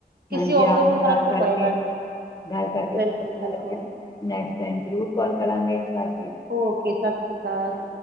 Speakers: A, on the right; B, on the left.
A: ਕਿਸੇ
B: ਹਾਂਜੀ
A: ਹੋਰ
B: ਆਪ
A: ਕੋਈ
B: ਨੂੰ
A: ਫ਼ਰਕ
B: ਗੱਲ
A: ਤਾਂ
B: ਕਰਕੇ
A: ਪਏਗਾ ਨਹੀਂ
B: ਗੱਲ ਕਰਕੇ
A: ਬਿਲਕੁਲ
B: ਬਹੁਤ ਅੱਛਾ
A: ਬਿਲਕੁਲ
B: ਲੱਗਿਆ। ਨੈਕਸਟ ਟਾਈਮ ਜ਼ਰੂਰ ਕਾਲ ਕਰਾਂਗੇ ਸਤਿ। ਸ੍ਰ ਅਕਾਲ।
A: ਓਕੇ ਸਤਿ ਸ਼੍ਰੀ ਅਕਾਲ।